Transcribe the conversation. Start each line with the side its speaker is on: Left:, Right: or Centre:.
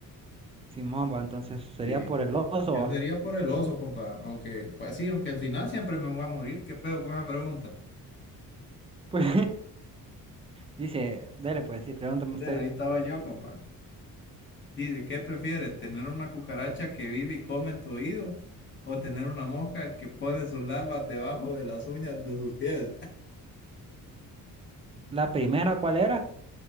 Right: Sin mamba, entonces sería
Left: Sí.
Right: por el oso.
Left: Yo
Right: va.
Left: sería
Right: <laughs>
Left: por el oso, compa. Aunque, pues sí, aunque al final siempre me voy a morir. ¿Qué pedo con esa pregunta?
Right: Pues dice, dele pues, sí, pregúntame usted.
Left: Pero ahí estaba yo, compa. Dice, ¿qué prefiere? ¿Tener una cucaracha que vive y come en tu oído? ¿O tener una mosca que pone sus larvas debajo de las uñas de sus pies?
Right: ¿La primera cuál era?